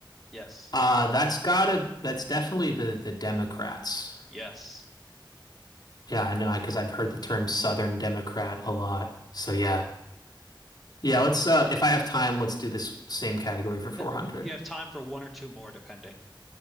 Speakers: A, in the centre; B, on the left (about 50°).
A: Yes.
B: Uh, that's gotta, that's definitely the the Democrats.
A: Yes.
B: Yeah, I know, because I've heard the term Southern Democrat a lot. So yeah. Yeah, let's uh if I have time, let's do this same category for 400.
A: Yep. You have time for one or two more, depending.